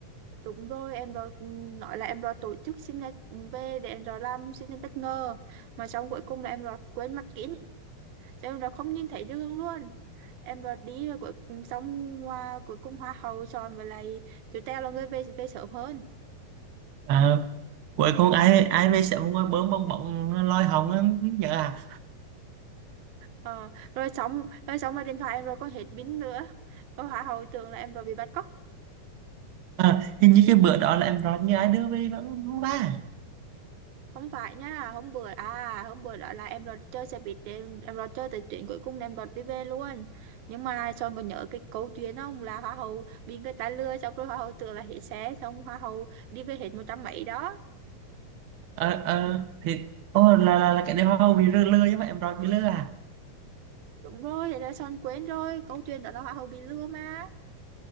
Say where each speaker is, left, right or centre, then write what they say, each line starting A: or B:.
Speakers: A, on the right; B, on the right.
A: đúng rồi em rồi ừm, nói là em rồi tổ chức sinh nhật về để em rồi làm sinh nhật bất ngờ mà xong cuối cùng là em rồi quên mặt kính Cho em rồi không nhìn thấy đường luôn em rồi đi rồi cuối xong hoa cuối cùng hoa hậu chọn với lại chú Teo là người về về sớm hơn
B: à, Cuối cùng ai ai về sẽ ngồi bơm bong bóng lôi hồng á, nhớ à
A: ờ, rồi xong rồi xong rồi điện thoại em rồi có hết pin nữa rồi hoa hậu tưởng là em rồi bị bắt cóc
B: À, hình như cái bữa đó là em nói như ai đưa về vẫn không ba
A: không phải nha hôm bữa à hôm bữa đó là em rồi chơi xe buýt em em rồi chơi tới chuyện cuối cùng là em rồi đi về luôn nhưng mà cho còn nhớ cái câu chuyện không là hoa hậu bị người ta lừa xong rồi hoa hậu tưởng là hết xe xong hoa hậu đi về hết một trăm mấy đó
B: ờ ờ thì ô là, là là cái đêm hoa bị lừa lừa chứ mà em nói bị lừa à
A: đúng rồi thế là son quên rồi câu chuyện đó là hoa hậu bị lừa mà